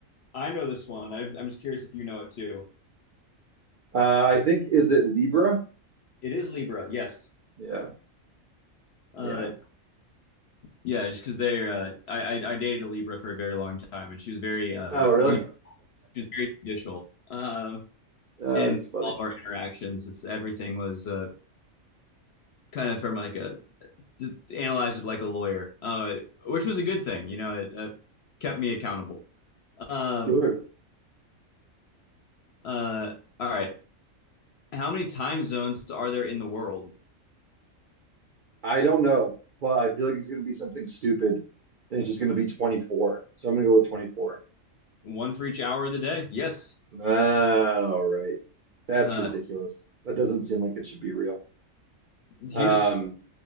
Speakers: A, on the left (about 65°); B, on the right (about 60°).
A: I know this one. I, I'm just curious if you know it too.
B: Uh, I think, is it Libra?
A: It is Libra. Yes.
B: Yeah.
A: Uh,
B: Yeah.
A: Yeah, just because they're uh, I, I I dated a Libra for a very long time, and she was very uh
B: Oh, really?
A: jud she was very judicial um
B: Uh,
A: in
B: it's funny.
A: all of our interactions. It's, everything was uh kind of from like a just analyzed it like a lawyer, uh, which was a good thing. You know, it uh, kept me accountable. Um,
B: Sure.
A: uh, all right. How many time zones are there in the world?
B: I don't know, but I feel like it's going to be something stupid and it's just going to be 24. So I'm going to go with 24.
A: One for each hour of the day. Yes.
B: Ah, all right. That's
A: Uh,
B: ridiculous. That doesn't seem like it should be real.
A: here's
B: Um,